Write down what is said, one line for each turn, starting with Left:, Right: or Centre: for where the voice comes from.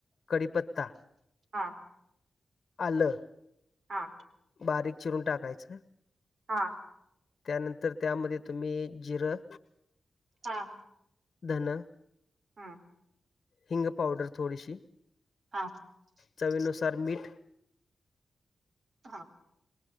Left: कडीपत्ता
Right: हा
Left: आलं
Right: हा
Left: बारीक चिरून टाकायचं.
Right: हा
Left: त्यानंतर त्यामध्ये तुम्ही जिरं.
Right: हा
Left: धन
Right: हा
Left: हिंग पावडर थोडीशी,
Right: हा
Left: चवीनुसार मीठ.
Right: हा